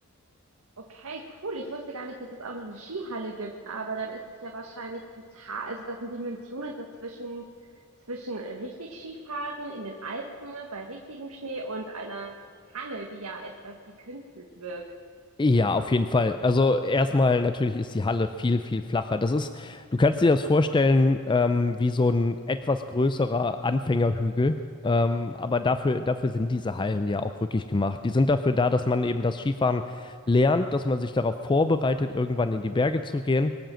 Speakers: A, on the right; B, on the left.
A: Okay, cool. Ich wusste gar nicht, dass es auch noch eine Skihalle gibt, aber dann ist es ja wahrscheinlich total, also das sind Dimensionen dazwischen, zwischen richtig Skifahren in den Alpen bei richtigem Schnee und einer Halle, die ja etwas gekünstelt wirkt.
B: Ja, auf jeden Fall. Also erstmal natürlich ist die Halle viel, viel flacher. Das ist, du kannst dir das vorstellen, ähm, wie so ein etwas größerer Anfängerhügel. Ähm, aber dafür, dafür sind diese Hallen ja auch wirklich gemacht. Die sind dafür da, dass man eben das Skifahren lernt, dass man sich darauf vorbereitet, irgendwann in die Berge zu gehen.